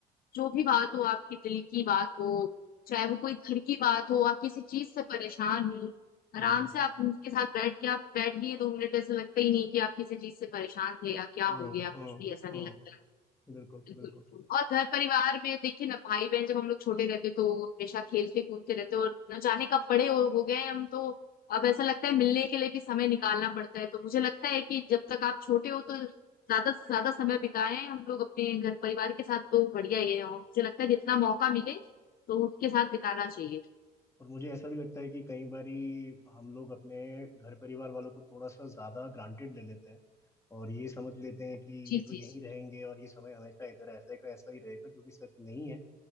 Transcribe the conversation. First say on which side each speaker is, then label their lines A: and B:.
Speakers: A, on the left; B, on the left.
A: जो भी बात हो आपकी दिल की बात हो चाहे वो कोई घर की बात हो आप किसी चीज से परेशान हो आराम
B: हम्म
A: से आप उनके साथ बैठ के आप बैठ गए दो मिनट ऐसे लगता ही नहीं कि आप किसी चीज से परेशान थे या क्या हो
B: हम्म
A: गया कुछ
B: हम्म
A: भी ऐसा नहीं
B: हम्म
A: लगता है।
B: बिल्कुल
A: बिल्कुल
B: बिल्कुल
A: बिल्कुल। और घर परिवार में देखिए ना भाई बहन जब हम लोग छोटे रहते तो हमेशा खेलते कूदते रहते और न जाने कब बड़े हो, हो गए हैं हम तो अब ऐसा लगता है मिलने के लिए भी समय निकालना पड़ता है तो मुझे लगता है कि जब तक आप छोटे हो तो ज्यादा से ज्यादा समय बिताएं हम लोग अपने घर परिवार के साथ तो बढ़िया ही है और मुझे लगता है जितना मौका मिले तो उनके साथ बिताना चाहिए
B: और मुझे ऐसा भी लगता है कि कई बारी हम लोग अपने घर परिवार वालों को थोड़ा सा ज्यादा ग्रांटेड ले लेते हैं और ये समझ लेते हैं कि
A: जी
B: ये तो
A: जी
B: यहीं
A: जी
B: रहेंगे और ये समय हमेशा इधर ऐसे का ऐसा ही रहेगा जो कि सच नहीं है